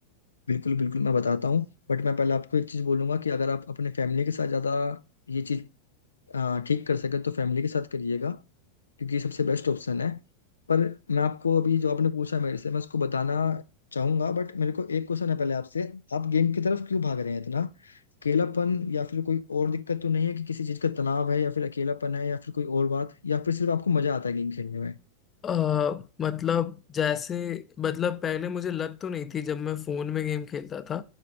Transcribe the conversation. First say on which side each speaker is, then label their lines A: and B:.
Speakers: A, on the left; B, on the left.
A: बिल्कुल बिल्कुल मैं बताता हूँ बट मैं पहले आपको एक चीज बोलूंगा कि अगर आप अपने फैमिली के साथ ज्यादा ये चीज ठीक कर सके तो फैमिली के साथ करिएगा क्योंकि ये सबसे बेस्ट ऑप्शन है पर मैं आपको अभी जो आपने पूछा मेरे से मैं उसको बताना चाहूंगा बट मेरे को एक क्वेश्चन है पहले आपसे आप गेम की तरफ क्यों भाग रहे हैं इतना अकेलापन या फिर कोई और दिक्कत तो नहीं है कि किसी चीज का तनाव है या फिर अकेलापन है या फिर कोई और बात या फिर सिर्फ आपको मजा आता है गेम खेलने में
B: अ मतलब जैसे मतलब पहले मुझे लत तो नहीं थी जब मैं फोन में गेम खेलता था